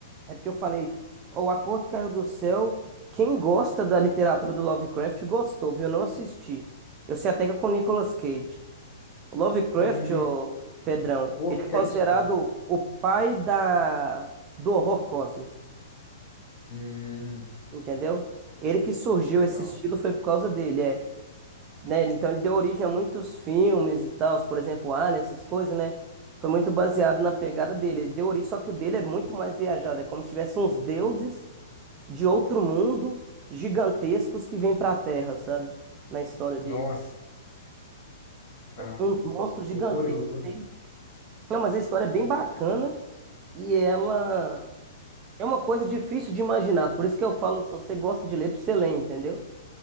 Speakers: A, on the right (about 30°); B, on the left (about 40°).
A: É porque eu falei, ó, O Acordo Caiu do Céu. Quem gosta da literatura do Lovecraft gostou, viu? Eu não assisti. Eu sei até que é com Nicolas Cage. O Lovecraft,
B: Hum,
A: ô Pedrão,
B: cor
A: ele
B: que
A: é considerado
B: caiu do céu.
A: o pai da... do horror cósmico,
B: Hum,
A: entendeu? Ele que surgiu
B: legal.
A: esse estilo foi por causa dele, é. né? ele- Então ele deu origem a muitos filmes e tal, por exemplo, Alien, essas coisas, né? Foi muito baseado na pegada dele. Ele deu origem, só que o dele é muito mais viajado. É como se tivesse uns deuses de outro mundo gigantescos que vêm pra Terra, sabe? Na história dele.
B: Nossa, ah,
A: Uns monstros gigantescos.
B: loucura, loucura.
A: hein? Não, mas a história é bem bacana e ela é uma coisa difícil de imaginar. Por isso que eu falo, se você gosta de ler, pra você ler, entendeu?